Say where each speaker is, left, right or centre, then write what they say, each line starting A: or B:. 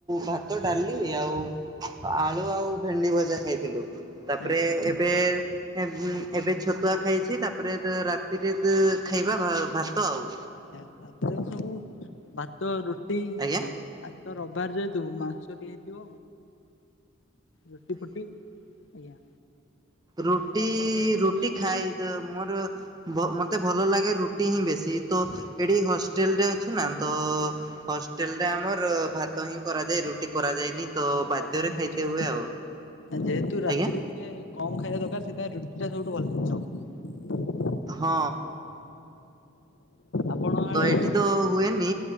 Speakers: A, on the right; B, on the left.
A: ଭାତ ଡାଲି ଆଉ ଆଳୁ ଆଉ ଭେଣ୍ଡି ଭଜା। ଖାଇଥିଲୁ ତାପରେ
B: ଆଜ୍ଞା
A: ଏବେ-ଏବେ ଛତୁଆ ଖାଇଛି ତାପରେ ରାତିରେ ଖାଇବା ଭାତ ଆଉ।
B: <unintelligible> ସବୁ ଭାତ ରୁଟି
A: ଆଜ୍ଞା
B: ଆଜିତ ରବିବାର ଯେହେତୁ ମାଛ ମାଛଟିଏ ହେଇଥିବ ରୁଟି ଫୁଟି ଆଜ୍ଞା।
A: ରୁଟି-ରୁଟି
B: ଆଉ ଆପଣ କେବେ କେଉଁଝର ଆସିବେ
A: ଖାଏ ମୋର ମତେ ଭଲ ଲାଗେ ରୁଟି ହିଁ ବେଶୀ ତ ଏଠି ହଷ୍ଟେଲ ରେ ଅଛୁ ନା ତ ହଷ୍ଟେଲ ରେ ଆମର ଭାତ ହିଁ କରାଯାଏ ରୁଟି କରାଯାଏନି ତ
B: ନରମ
A: ବାଧ୍ୟରେ
B: ଜିନିଷ
A: ଖାଇତେ
B: ଟା
A: ହୁଏ ଆଉ।
B: ଯେହେତୁ ରାତିରେ
A: ଆଜ୍ଞା
B: ଟିକେ କମ ଖାଇବା ଦରକାର। ସେଟା ରୁଟି ଟା ସବୁଠୁ ଭଲ ଜିନିଷ।
A: ହଁ।
B: ଆପଣ ଆଡେ
A: ତ ଏଠି
B: ଯୋଉ
A: ତ ହୁଏନି